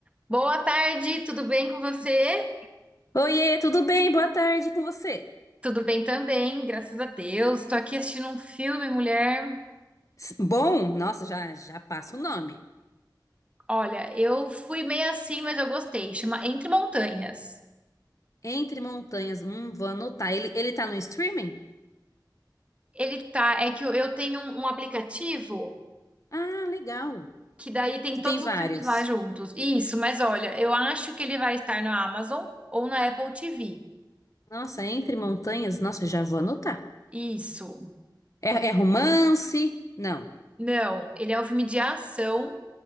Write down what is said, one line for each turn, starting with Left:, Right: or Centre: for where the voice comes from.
Right: Boa tarde, tudo bem com você?
Left: Oiê, tudo bem? Boa tarde com você.
Right: Tudo bem também, graças a Deus. Tô aqui assistindo um filme, mulher.
Left: S- Bom, nossa, já já passa o nome.
Right: Olha, eu fui meio assim, mas eu gostei. Chama Entre Montanhas.
Left: Entre Montanhas, hum, vou anotar. Ele, ele tá no streaming?
Right: Ele tá, é que eu eu tenho um, um aplicativo
Left: Ah, legal.
Right: que daí tem
Left: Que
Right: todos
Left: tem vários.
Right: os filmes lá juntos. Isso, mas olha, eu acho que ele vai estar na Amazon ou na Apple TV.
Left: Nossa, Entre Montanhas, nossa, já vou anotar.
Right: Isso.
Left: É, é romance? Não.
Right: Não, ele é um filme de ação.